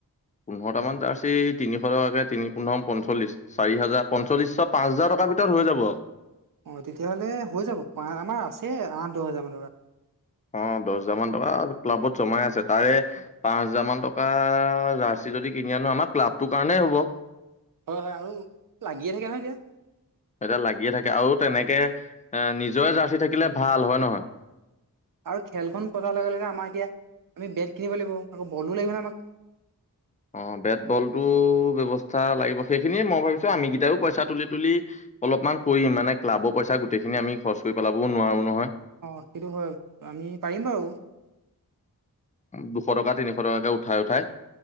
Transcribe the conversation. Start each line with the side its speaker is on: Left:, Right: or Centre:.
Left: পোন্ধৰামান জাৰ্চি তিনিশ টকাকে তিনি পোন্ধৰ ম পঞ্চল্লিছ চাৰি হাজাৰ পঞ্চল্লিশ পাঁচ হাজাৰ টকাৰ ভিতৰত হৈ যাব
Right: অঁ তেতিয়াহ'লে হৈ যাব আমাৰ আছে আঠ দহ হেজাৰ মানৰ
Left: অ দহ হাজাৰ মান টকা ক্লাবত জমাই আছে তাৰে পাঁচ হাজাৰ মান টকা জাৰ্চি যদি কিনি আনো আমাৰ ক্লাবটোৰ কাৰণেই হ'ব
Right: হয় হয় আৰু লাগিয়ে থাকে নহয় এতিয়া
Left: এয়া লাগিয়ে থাকে আৰু তেনেকে এ নিজৰে জাৰ্চি থাকিলে ভাল হয় নহয়
Right: আৰু খেলখন কজাৰ লগে লগে আমাৰ এতিয়া আমি বেট কিনিব লাগিব আকৌ বলো লাগিব নে আমাক
Left: অ বেট বলটোো ব্যয়ৱস্থা লাগিব সেইখিনিয় মই ভাবিছো আমি কেইটাইও পইচা তুলি তুলি অলপমান কৰিম মানে ক্লাবৰ পইচা গোটেইখিনি আমি খৰচ কৰি পেলাবও নোৱাৰো নহয়
Right: অ সেইটো হয় আমি পাৰিম বাৰু
Left: দুশ টকা তিনিশ টকাকে উঠাই উঠাই